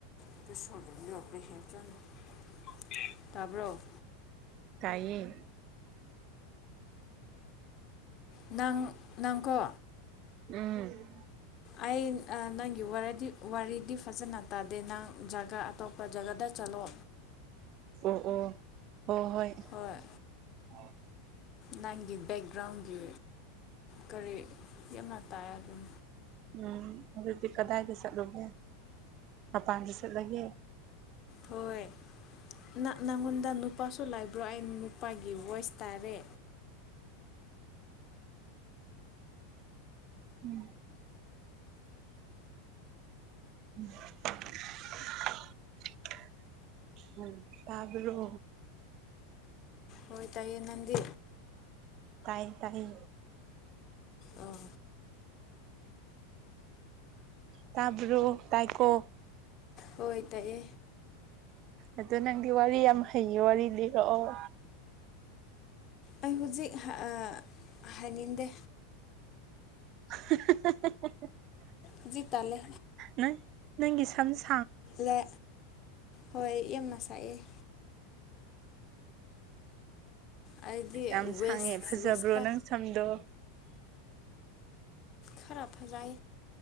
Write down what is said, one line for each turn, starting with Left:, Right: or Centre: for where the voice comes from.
Left: <unintelligible> ꯇꯥꯕ꯭ꯔꯣ
Right: ꯇꯥꯏꯌꯦ
Left: ꯅꯪ ꯅꯪꯀꯣ
Right: ꯎꯝ
Left: ꯑꯩ ꯑꯥ ꯅꯪꯒꯤ ꯋꯥꯔꯗꯤ ꯋꯥꯔꯤꯗꯤ ꯐꯖꯅ ꯇꯥꯗꯦ ꯅꯪ ꯖꯥꯒꯥ ꯑꯇꯣꯞꯄ ꯖꯒꯥꯗ ꯆꯠꯂꯣ꯫
Right: ꯑꯣ ꯑꯣ ꯍꯣ ꯍꯣꯏ
Left: ꯍꯣꯏ
Right: <unintelligible>
Left: ꯅꯪꯒꯤ ꯕꯦꯛꯒ꯭ꯔꯥꯎꯟꯒꯤ ꯀꯔꯤ ꯌꯥꯝꯅ ꯇꯥꯏ ꯑꯗꯨꯝ
Right: ꯎꯝ ꯑꯗꯨꯗꯤ ꯀꯗꯥꯏꯗ ꯆꯠꯂꯨꯒꯦ ꯃꯄꯥꯟꯗ ꯆꯠꯂꯒꯦ꯫
Left: ꯍꯣꯏ ꯅ ꯅꯪꯉꯣꯟꯗ ꯅꯨꯄꯥꯁꯨ ꯂꯥꯏꯕ꯭ꯔꯣ ꯑꯩ ꯅꯨꯄꯥꯒꯤ ꯚꯣꯏꯁ ꯇꯥꯔꯦ
Right: <unintelligible> <unintelligible> ꯇꯥꯕ꯭ꯔꯣ
Left: ꯍꯣꯏ ꯇꯥꯏꯌꯦ ꯅꯪꯗꯤ
Right: ꯇꯥꯏ ꯇꯥꯌꯦ
Left: ꯑꯣ
Right: ꯇꯥꯕ꯭ꯔꯣ ꯇꯥꯏꯀꯣ
Left: ꯍꯣꯏ ꯇꯥꯏꯌꯦ
Right: ꯑꯗꯣ ꯅꯪꯗꯤ ꯋꯥꯔꯤ ꯌꯥꯝ ꯍꯩꯌꯦ ꯋꯥꯔꯤ ꯂꯤꯔꯛꯑꯣ꯫
Left: ꯑꯩ ꯍꯨꯖꯤꯛ ꯍ ꯑꯥ ꯍꯥꯏꯅꯤꯡꯗꯦ꯫
Right: <unintelligible>
Left: ꯍꯨꯖꯤꯛ ꯇꯜꯂꯦ
Right: ꯅꯪ ꯅꯪꯒꯤ ꯁꯝꯁꯤ
Left: ꯂꯦ ꯍꯣꯏ ꯌꯥꯝꯅ ꯁꯥꯏꯑꯦ ꯑꯩꯗꯤ
Right: ꯌꯥꯝ ꯁꯥꯡꯉꯦ
Left: ꯋꯦꯁ
Right: ꯐꯖꯕ꯭ꯔꯣ
Left: ꯋꯦꯁꯇ
Right: ꯅꯪ ꯁꯝꯗꯣ?
Left: ꯈꯔꯥ ꯐꯖꯥꯏ